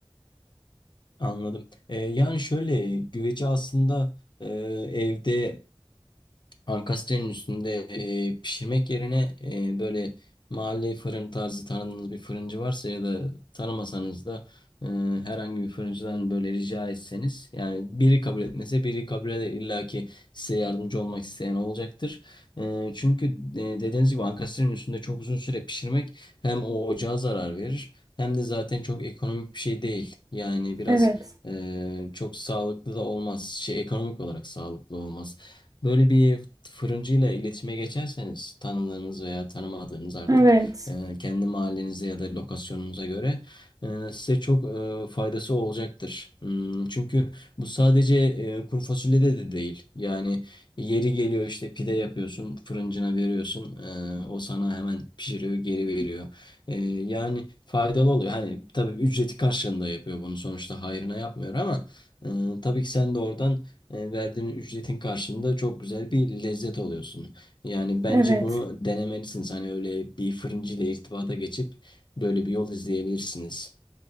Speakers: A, on the left (about 55°); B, on the right (about 40°).
A: Anladım. Ee, yani şöyle güveci aslında e, evde Ankastrenin üstünde e, pişirmek yerine e, böyle mahalle fırın tarzı tanıdığınız bir fırıncı varsa ya da tanımasanız da e, herhangi bir fırıncıdan böyle rica etseniz yani biri kabul etmese biri kabul eder illa ki size yardımcı olmak isteyen olacaktır. E, çünkü e, dediğiniz gibi ankastrenin üstünde çok uzun süre pişirmek hem o ocağa zarar verir hem de zaten çok ekonomik bir şey değil. Yani biraz
B: Evet,
A: e, çok sağlıklı da olmaz. Şey ekonomik olarak sağlıklı olmaz. Böyle bir fırıncıyla iletişime geçerseniz tanıdığınız veya tanımadığınız artık
B: evet,
A: e, kendi mahallenize ya da lokasyonunuza göre e, size çok e, faydası olacaktır. Hmm, Çünkü bu sadece e, kuru fasulyede de değil. Yani yeri geliyor işte pide yapıyorsun, fırıncına veriyorsun. e, O sana hemen pişiriyor, geri veriyor. E, Yani faydalı oluyor. Hani tabii ücreti karşılığında yapıyor bunu sonuçta hayrına yapmıyor ama e, tabii ki sen de oradan e, verdiğin ücretin karşılığında çok güzel bir lezzet alıyorsun. Yani bence
B: evet.
A: bunu denemelisiniz. Hani öyle bir fırıncı ile irtibata geçip böyle bir yol izleyebilirsiniz.